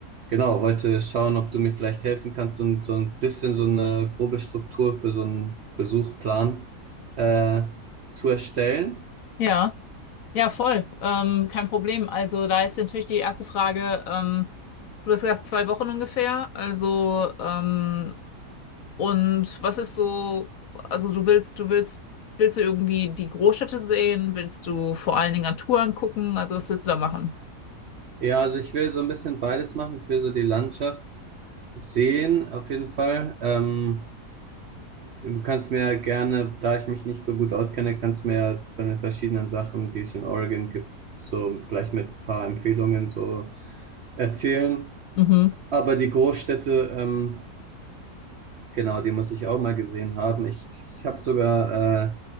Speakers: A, on the right; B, on the left.
A: genau, wollte schauen, ob du mir vielleicht helfen kannst und so ein bisschen so eine grobe Struktur für so einen Besuchplan äh, zu erstellen.
B: Ja, ja, voll. Ähm, kein Problem. Also da ist natürlich die erste Frage, ähm, du hast gesagt, zwei Wochen ungefähr. Also, ähm, und was ist so, also du willst, du willst, willst du irgendwie die Großstädte sehen? Willst du vor allen Dingen Natur angucken? Also was willst du da machen?
A: Ja, also ich will so ein bisschen beides machen. Ich will so die Landschaft sehen, auf jeden Fall. Ähm, du kannst mir ja gerne, da ich mich nicht so gut auskenne, kannst mir ja von den verschiedenen Sachen, die es in Oregon gibt, so vielleicht mit ein paar Empfehlungen so erzählen.
B: Mhm.
A: Aber die Großstädte, ähm, genau, die muss ich auch mal gesehen haben. Ich, ich habe sogar äh,